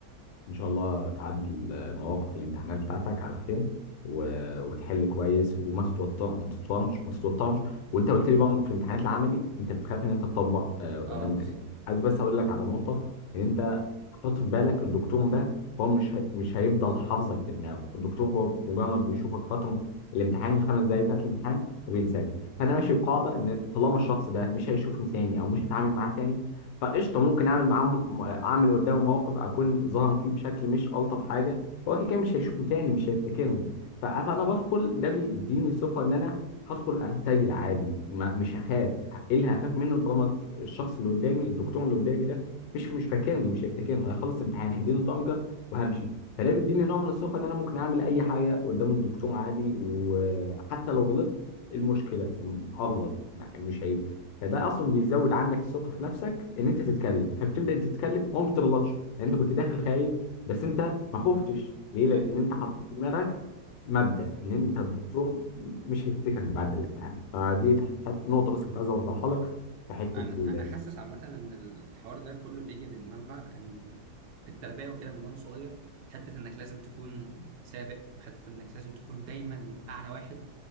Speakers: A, on the left (about 80°); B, on the right (about 75°).
A: ان شاء الله تعدل آه، مواقف الامتحانات بتاعتك على خير و... وتحل كويس وما تتوتر ما تتوترش ما تتوترش وانت قلت لي بقى في الامتحانات العملي انت بتخاف ان انت تطبق آه، قدام
B: اه بالظبط
A: الدكاتره عايز بس اقول لك على نقطه ان انت حط في بالك الدكتور ده هو مش هي... مش هيفضل حافظك في دماغه الدكتور هو مجرد بيشوفك فتره الامتحان الخمس دقايق بتاعت الامتحان وبينساك فانا ماشي بقاعده ان طالما الشخص ده مش هيشوفني تاني او مش هتعامل معاه تاني فقشطه ممكن اعمل معاه م- اعمل قدامه موقف اكون ظاهر فيه بشكل مش الطف حاجه هو كده كده مش هيشوفني تاني مش هيفتكرني ف- فانا بدخل ده بيديني ثقه ان انا هدخل ارتجل عادي ما مش هخاف ايه اللي هخاف منه طالما الشخص اللي قدامي الدكتور اللي قدامي ده مش مش فاكرني مش هيفتكرني هيخلص الامتحان هيديني ضمجه وهمشي فده بيديني نوع من الثقه ان انا ممكن اعمل اي حاجه قدام الدكتور عادي وحتى لو غلطت إيه المشكله اغلط يعني مش هيبقى فده اصلا بيزود عندك الثقه في نفسك ان انت تتكلم فبتبدا تتكلم وما بتغلطش يعني انت كنت داخل خايف بس انت ما خفتش ليه لان
B: ايوه
A: انت حطيت في دماغك مبدا ان انت الدكتور مش هيفتكرك بعد الامتحان فدي حت- نقطه بس كنت عايز اوضحها لك في حته
B: انا
A: ال-
B: انا حاسس عامه ان الحوار ده كله بيجي من منبع ان في التربيه وكده من وانا صغير حته انك لازم تكون سابق وحته انك لازم تكون دايما اعلى واحد